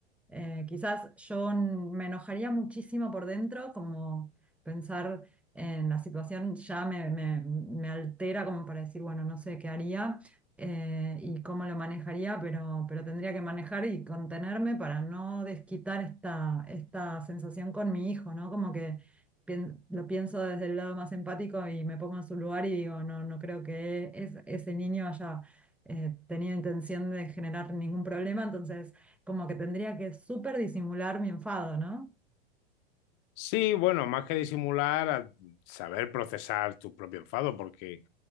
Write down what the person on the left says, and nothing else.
Sí, bueno, más que disimular, a saber procesar tu propio enfado, porque